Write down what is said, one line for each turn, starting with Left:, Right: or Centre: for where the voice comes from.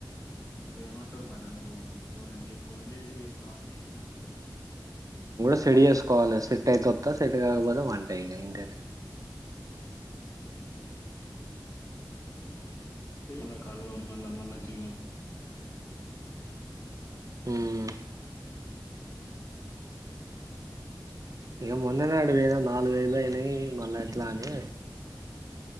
Left: నువ్వు ఏమంటావ్ మారే నువ్వు ఫోన్ నీకు ఫోన్ చేసి చెప్పుదామని చేసినాం
Right: స్టడి చేసుకోవాలి సెట్ అయితు వత్త సెట్గాపోద వంట ఇ ఇ
Left: స మల్ కాలువ మల్ళ మళ్ళ చ
Right: మ్మ్ ఇక
Left: ఎట్లనో
Right: మొన్న నాడునా
Left: ఇట్లా
Right: నాలుగు వేలు అ మళ్ళ ఇట్లాని